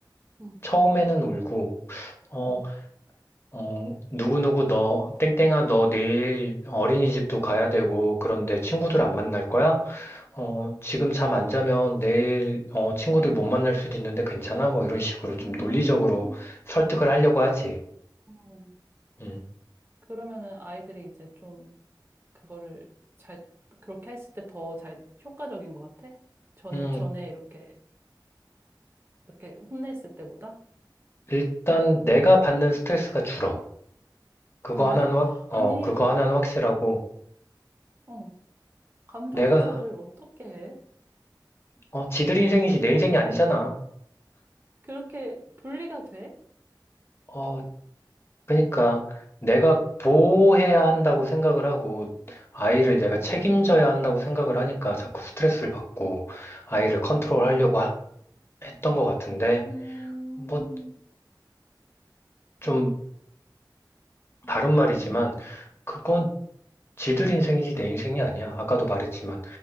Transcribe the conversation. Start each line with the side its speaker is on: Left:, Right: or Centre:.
Right: 응,
Left: 처음에는 울고, 어,
Right: 응,
Left: 어, 누구누구 너, 땡땡아, 너 내일 어린이집도 가야 되고, 그런데 친구들
Right: 응.
Left: 안 만날 거야? 어, 지금 잠 안 자면 내일, 어, 친구들 못 만날 수도 있는데 괜찮아? 뭐, 이런 식으로 좀
Right: 음,
Left: 논리적으로 설득을 하려고 하지.
Right: 어.
Left: 음,
Right: 그러면은 아이들이 이제 좀 그거를 잘, 그렇게 했을 때 더 잘 효과적인 것 같아? 전,
Left: 음,
Right: 전에 이렇게, 이렇게 혼냈을 때보다?
Left: 일단 내가 받는 스트레스가 줄어. 그거
Right: 그래?
Left: 하나는 확, 어,
Right: 아니,
Left: 그거 하나는 확실하고,
Right: 어, 감정
Left: 내가,
Right: 조절을 어떻게 해?
Left: 어, 지들 인생이지 내 인생이 아니잖아.
Right: 그렇게 분리가 돼?
Left: 어, 그러니까 내가 보호해야 한다고 생각을 하고, 아이를 내가
Right: 어,
Left: 책임져야 한다고 생각을 하니까 자꾸 스트레스를 받고, 아이를 컨트롤하려고
Right: 음,
Left: 하- 했던 것 같은데,
Right: 음,
Left: 뭐, 좀 다른 말이지만,
Right: 음,
Left: 그건 지들 인생이지 내 인생이 아니야. 아까도 말했지만,